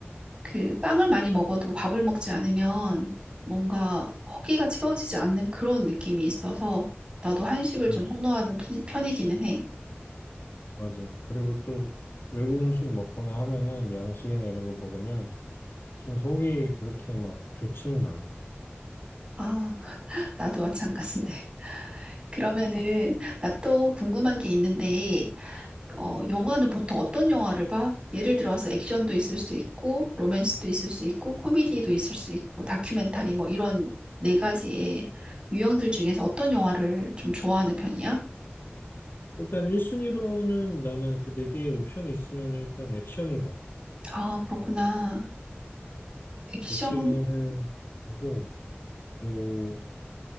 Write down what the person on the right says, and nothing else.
그 빵을 많이 먹어도 밥을 먹지 않으면 뭔가 허기가 채워지지 않는 그런 느낌이 있어서 나도 한식을
좀 선호하는 편- 편이기는 해.
아, 나도 마찬가지인데. <laughs> 그러면은 나 또 궁금한 게 있는데, 어, 영화는 보통 어떤 영화를 봐? 예를 들어서 액션도 있을 수 있고, 로맨스도 있을 수 있고, 코미디도 있을 수 있고, 다큐멘터리 뭐 이런 네 가지의 유형들 중에서 어떤 영화를 좀 좋아하는 편이야?
아, 그렇구나. 액션,